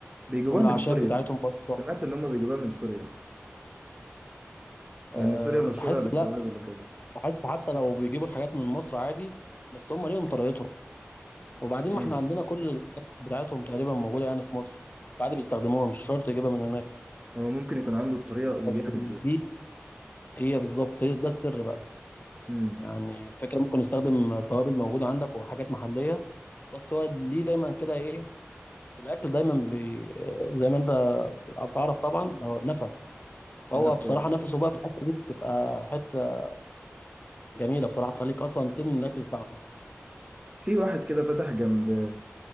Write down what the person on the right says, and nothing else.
بيجيبوها
من سوريا
سمعت
إن هم بيجيبوها من سوريا
لأن سوريا مشهورة
بالتوابل
وكده
مم.
هو ممكن يكون عنده الطريقة
اللي بيعمل
بيها
مم.
ده بصراحة
في واحد كده فتح جنب